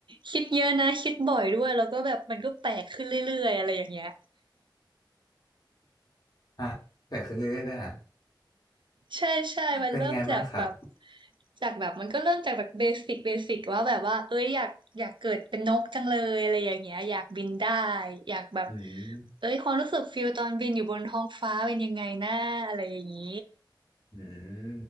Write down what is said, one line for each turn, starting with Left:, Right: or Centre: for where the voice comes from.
Right: คิดเยอะนะคิดบ่อยด้วยแล้วก็แบบมันก็แปลกขึ้นเรื่อยๆอะไรอย่างเงี้ย
Left: ฮะแปลกขึ้นเรื่อยๆเลยอ่ะ
Right: ใช่ใช่มันเริ่มจากแบบ
Left: เป็นยังไงบ้างครับ
Right: จากแบบมันก็เริ่มจากแบบเบสิกเบสิกว่าแบบว่าเอ้ยอยากอยากเกิดเป็นนกจังเลยอะไรอย่างเงี้ยอยากบินได้อยากแบบ
Left: อืม
Right: เอ้ยความรู้สึกฟิลตอนบินอยู่บนท้องฟ้าเป็นยังไงนะอะไรอย่างงี้
Left: อืม